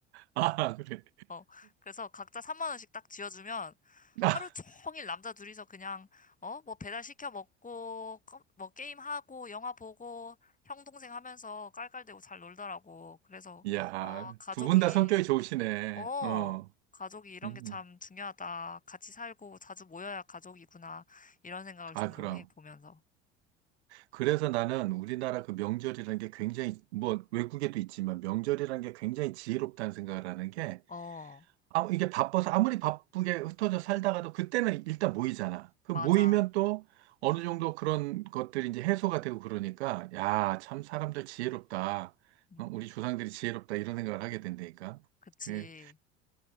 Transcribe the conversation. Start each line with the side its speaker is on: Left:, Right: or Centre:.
Right: 아, 그래.
Left: 어 그래서 각자 3만 원씩 딱 쥐어주면 하루
Right: 아,
Left: 종일 남자 둘이서 그냥 어 뭐 배달 시켜 먹고 껌- 뭐 게임 하고 영화 보고 형 동생 하면서 깔깔대고 잘 놀더라고. 그래서
Right: 이야,
Left: 아 가족이
Right: 두 분 다 성격이 좋으시네.
Left: 어,
Right: 어,
Left: 가족이 이런
Right: 음.
Left: 게 참
Right: 음.
Left: 중요하다. 같이 살고 자주 모여야 가족이구나. 이런 생각을
Right: 아,
Left: 종종
Right: 그럼.
Left: 해, 보면서.
Right: 그래서 나는 우리나라 그 명절이라는 게 굉장히, 뭐, 외국에도 있지만 명절이라는 게 굉장히 지혜롭다는 생각을 하는 게,
Left: 어,
Right: 아, 이게 바빠서 아무리 바쁘게 흩어져 살다가도 그때는 일단 모이잖아. 그
Left: 맞아.
Right: 모이면 또 어느 정도 그런 것들이 이제 해소가 되고 그러니까, 야, 참 사람들 지혜롭다.
Left: 음,
Right: 어, 우리 조상들이 지혜롭다. 이런 생각을 하게 된다니까.
Left: 그치.
Right: 그,